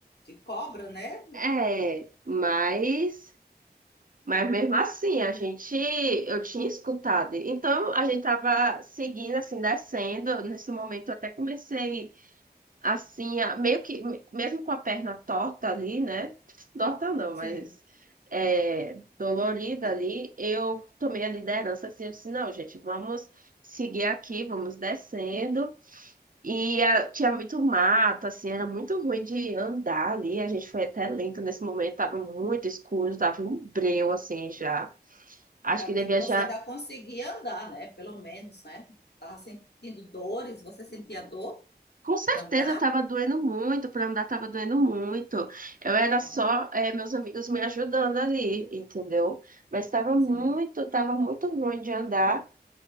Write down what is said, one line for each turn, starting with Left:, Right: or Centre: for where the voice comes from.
Left: de cobra, né?
Right: é, mas, mas mesmo assim, a gente, eu tinha escutado. Então, a gente tava seguindo, assim, descendo. Nesse momento, eu até comecei assim, a- meio que, mesmo com a perna torta ali, né? <laughs> Torta não,
Left: Sim.
Right: mas é, dolorida
Left: E
Right: ali, eu tomei a liderança assim, eu disse, não, gente, vamos seguir aqui, vamos descendo. E ah, tinha muito mato, assim, era muito ruim de andar ali, a gente foi até lento nesse momento, tava muito escuro, tava um breu, assim, já. Acho
Left: ainda
Right: que
Left: bem
Right: devia
Left: que você
Right: já
Left: ainda conseguia andar, né? Pelo menos, né? Tava sentindo dores, você sentia dor
Right: Com certeza
Left: para andar?
Right: eu tava doendo muito, pra andar tava doendo muito. Eu era
Left: Não.
Right: só eh, meus amigos me ajudando ali, entendeu? Mas tava muito,
Left: Sim.
Right: tava muito ruim de andar.